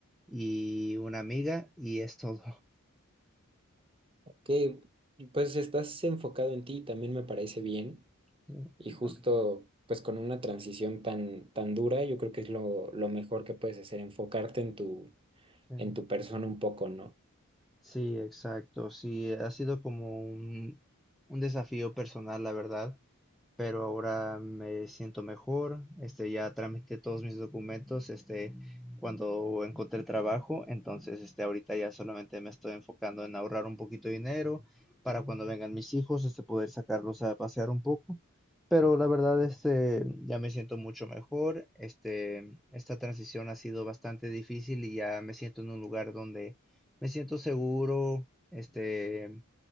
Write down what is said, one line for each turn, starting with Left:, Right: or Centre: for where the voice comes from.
Centre: y una amiga, y es todo.
Right: Que pues estás enfocado en ti, también me parece bien.
Centre: Sí,
Right: Y
Centre: exactamente.
Right: justo pues con una transición tan, tan dura, yo creo que es lo, lo mejor que puedes hacer, enfocarte en tu,
Centre: Sí.
Right: en tu persona un poco, ¿no?
Centre: Sí, exacto. Sí, ha sido como un, un desafío personal, la verdad. pero ahora me siento mejor, este, ya tramité todos mis documentos, este, cuando encontré trabajo, entonces, este, ahorita ya solamente me estoy enfocando en ahorrar un poquito de dinero para cuando vengan mis hijos, este, poder sacarlos a pasear un poco, pero la verdad, este, ya me siento mucho mejor, este, esta transición ha sido bastante difícil y ya me siento en un lugar donde me siento seguro, este,